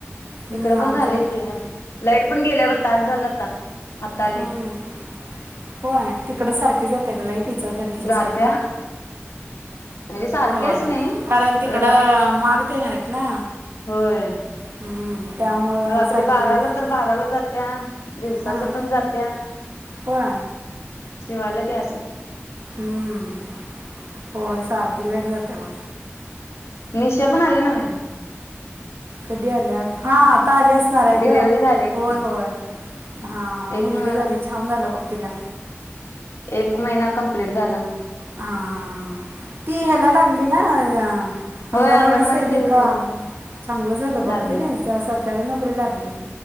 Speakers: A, on the right; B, on the left.
A: हम्म,
B: इकडं
A: आमच्या
B: पण झालय
A: इक-
B: की, आता लाईट पण गेल्याव, तास झालं आता. आता आली.
A: हम्म. होय. तिकडं सारखी जाते का लाईट? इचं गल्लीच्या
B: जात्या
A: साईडला.
B: म्हणजे सारखी
A: होय.
B: अशी नाही
A: कारण तिकडं,
B: रात
A: माग तेन हायत ना.
B: होय
A: हम्म. त्यामुळं
B: रात्री
A: सारखी
B: बाराला
A: लाईट
B: तर, बाराला जात्या. दिवसाचं
A: हां
B: पण जात्या.
A: होय
B: शिवायल की, असं.
A: हम्म. होय, सारखी लाईट जात्या बघ.
B: निशा पण आल्या नव्हे.
A: कधी आल्या? हा, आता आल्या असणाराय गं.
B: डिलिव्हरी झाली
A: होय,
B: की
A: होय. हा, हा.
B: एक
A: मुलगी
B: म
A: झाली, छान झालं बघ तिला.
B: एक महिना कंप्लीट झाला मग.
A: हा, हा, हा. ती ह्याला लागली ना अ
B: होय
A: अंगणवाडी सेविका.
B: सेविकेला लागले.
A: चांगलं झालं बघ,
B: लागले
A: की नाही. सरकारी नोकरी लागली.